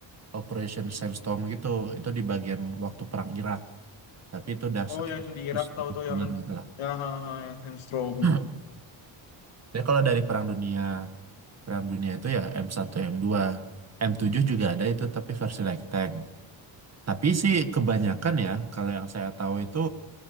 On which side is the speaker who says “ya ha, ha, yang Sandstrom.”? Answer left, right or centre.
Left